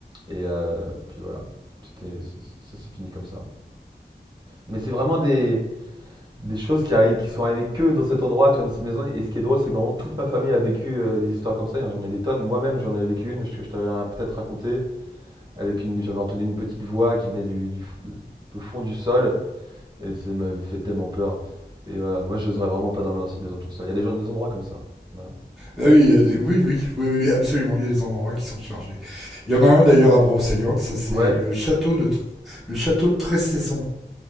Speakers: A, on the right (about 25°); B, in the centre.
A: Et euh, puis voilà, c'était, c'est- ça s'est fini comme ça. Mais c'est vraiment des, Des choses qui arrivent, qui sont arrivées que dans cet endroit, tu vois, dans cette maison. Et ce qui est drôle, c'est que vraiment toute ma famille a vécu euh, des histoires comme ça. J'en ai des tonnes. Moi-même, j'en ai vécu une. Je, je t'avais peut-être raconté. Avec une, j'avais entendu une petite voix qui venait du, du, du fond du sol. Et ça m'avait fait tellement peur. Et voilà, moi, je n'oserais vraiment pas dormir dans cette maison toute seule. Il y a des, gens, des endroits comme ça. Voilà.
B: Ah oui, il y a des- oui, oui, oui, oui, absolument, il y a des endroits qui sont chargés. Il y en a un d'ailleurs à Brocéliande, ça c'est
A: Ouais,
B: le château de, Tr- le château de Trestesson.